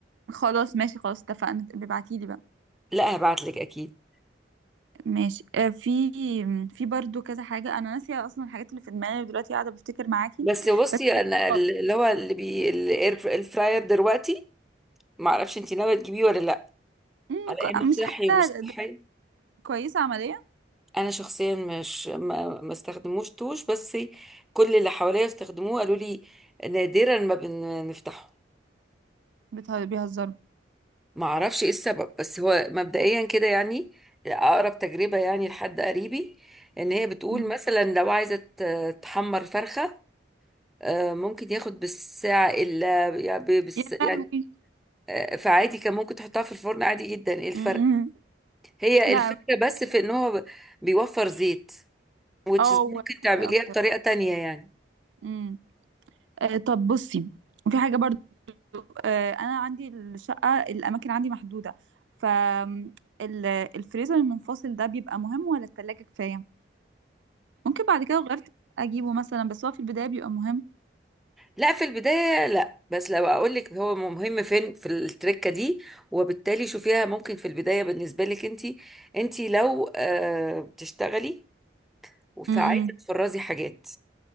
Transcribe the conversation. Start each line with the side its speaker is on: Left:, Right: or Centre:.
Right: خلاص ماشي خلاص اتفقنا ابعتي لي بقى
Centre: لا هبعت لك اكيد
Right: ماشي آه، في في برضو كذا حاجه انا ناسيه اصلا الحاجات اللي في دماغي دلوقتي قاعده بفتكر معاكي
Centre: بس بصي
Right: بس
Centre: انا ال-
Right: آه،
Centre: اللي هو اللي بي الفراير دلوقتي ما اعرفش انت ناويه تجيبيه ولا لا
Right: مم،
Centre: على انه
Right: مش حاسه
Centre: صحي ومش صحي
Right: كويسه عمليه
Centre: انا شخصيا مش ما ما استخدموش توش بس كل اللي حواليا استخدموه قالوا لي نادرا ما بنفتحه
Right: بته- بيهزروا
Centre: ما اعرفش ايه السبب بس هو مبدئيا كده يعني اقرب تجربة يعني لحد قريبي ان هي بتقول
Right: مم.
Centre: مثلا لو عايزة ت- تحمر فرخة آه، ممكن ياخد بالساعة إلا يعني ب- بالس-
Right: يا لهوي
Centre: يعني، آه، فعادي كان ممكن تحطها في الفرن عادي جدا ايه الفرق
Right: مم، مم.
Centre: هي
Right: لا
Centre: الفكرة بس في ان هو بيوفر زيت which
Right: اه
Centre: is
Right: وحشة
Centre: ممكن تعمليها
Right: اكتر
Centre: بطريقة تانية يعني
Right: مم. آه، طب بصي في حاجة برضو آه، أنا عندي الشقة الأماكن عندي محدودة ف م، ال- الفريزر المنفصل ده بيبقى مهم ولا التلاجة كفاية ممكن بعد كده لو غيرت أجيبه مثلا بس هو في البداية بيبقى مهم
Centre: لا في البداية لا بس لو اقول لك هو مهم فين في التركة دي وبالتالي شوفيها ممكن في البداية بالنسبة لك انت انت لو آه، بتشتغلي فعايزة
Right: امم
Centre: تفرزي حاجات